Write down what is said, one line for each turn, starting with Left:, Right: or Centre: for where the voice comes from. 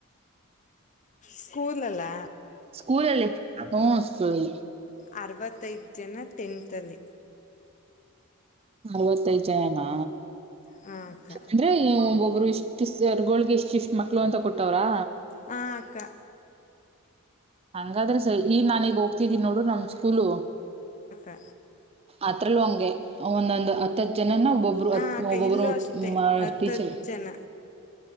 Left: ಸ್ಕೂಲಲ್ಲಾ.
Right: ಸ್ಕೂಲಲ್ಲಿ ಹ್ಮ ಸ್ಕೂಲಲ್ಲಿ.
Left: ಅರವತ್ತೈದು ಜನ ಟೆಂತಲ್ಲಿ.
Right: ಅರವತ್ತೈದು ಜನನಾ?
Left: ಹ ಅಕ್ಕ
Right: ಅಂದ್ರೆ ಈ ಒಬ್ಬೊಬ್ರು ಇಷ್ಟು ಸರ್ಗಳೊಗೆ ಇಷ್ಟಿಷ್ಟು ಮಕ್ಳು ಅಂತ ಕೊಟ್ಟವ್ರಾ?
Left: ಹಾ ಅಕ್ಕ.
Right: ಹಂಗಾದ್ರೆ ಸರಿ ಈಗ ನಾನೀಗ್ ಹೋಗ್ತಿದ್ದೀನಿ ನೋಡು ನಮ್ ಸ್ಕೂಲು.
Left: <inaudible>
Right: ಅತ್ರಲ್ಲೂ ಹಂಗೆ ಒಂದೊಂದ್ ಹತ್ತತ್ ಜನನ ಒಬ್ಬೊಬ್ರು
Left: ಹಾ
Right: ಹತ್
Left: ಅಕ್ಕ
Right: ಒಬ್ಬೊಬ್ರು
Left: ಇಲ್ಲೂ ಅಷ್ಟೆ ಹತ್ತತ್.
Right: ಟೀಚರ್
Left: ಜನ